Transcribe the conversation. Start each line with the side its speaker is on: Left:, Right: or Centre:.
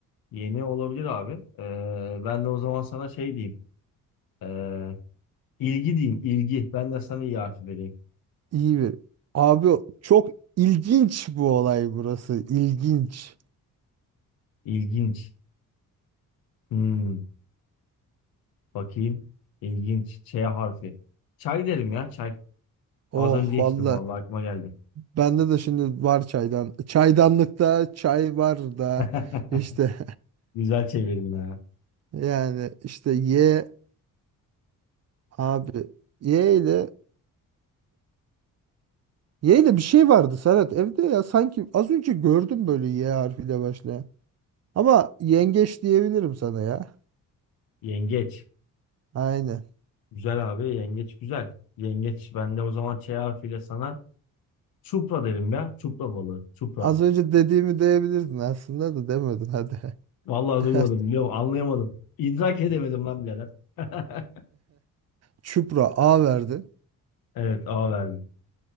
Left: Yeni olabilir abi. Ee, ben de o zaman sana şey diyeyim. Ee, ilgi diyeyim. İlgi. Ben de sana iyi harfi vereyim.
Right: İyi bir. Abi çok ilginç bu olay burası. İlginç.
Left: İlginç. Hmm, bakayım. İlginç. Ç harfi. Çay derim ya çay.
Right: Oh
Left: Az önce
Right: valla.
Left: içtim vallahi aklıma geldi.
Right: Bende de şimdi var çaydan. Çaydanlıkta çay var da
Left: <laughs>
Right: işte
Left: Güzel çevirdin ha.
Right: <laughs> yani işte ye abi ye ile ye ile bir şey vardı Serhat evde ya sanki az önce gördüm böyle ye harfiyle başlayan. Ama yengeç diyebilirim sana ya.
Left: Yengeç.
Right: Aynen.
Left: Güzel abi. Yengeç güzel. Yengeç. Ben de o zaman Ç harfiyle sana çupra derim ya. Çupra balığı. Çupra.
Right: Az önce dediğimi diyebilirdin aslında da demedin hadi.
Left: Vallahi
Right: <laughs>
Left: duymadım biliyor musun? Anlayamadım. İdrak edemedim lan birader. <laughs>
Right: Çupra A verdi.
Left: Evet A verdim.